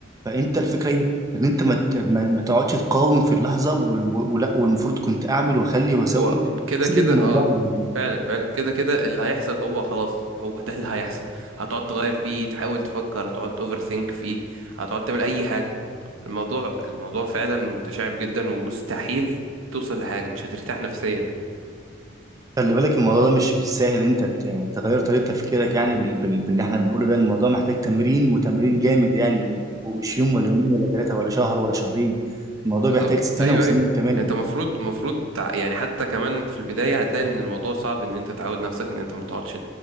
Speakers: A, on the right (about 15°); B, on the right (about 80°).
A: فانت الفكره ايه ان انت ما ت- ما ما تقعدش تقاوم في اللحظه و- و- ولا والمفروض كنت اعمل واخلي واسوي
B: هو كده
A: سيب
B: كده
A: الموضوع
B: اه
A: على ربنا
B: فعلا فعلا كده كده اللي هيحصل هو خلاص هو ده اللي هيحصل هتقعد تغير فيه تحاول تفكر هتقعد اوفر ثينك فيه هتقعد تعمل اي حاجة الموضوع الموضوع فعلا متشعب جدا ومستحيل توصل لحاجة مش هترتاح نفسيا
A: خلي بالك الموضوع ده مش بالساهل انت ت- تغير طريقه تفكيرك يعني بال... بال... باللي احنا بنقوله ده الموضوع محتاج تمرين وتمرين جامد يعني و... ومش يوم ولا يومين ولا ثلاثه ولا شهر ولا شهرين الموضوع
B: بالظبط
A: بيحتاج سنه
B: ايوه
A: وسنين
B: ايوه
A: كمان
B: انت مفروض مفروض تع- يعني حتى كمان في البدايه هتلاقي ان الموضوع صعب ان انت تعود نفسك ان انت ما تقعدش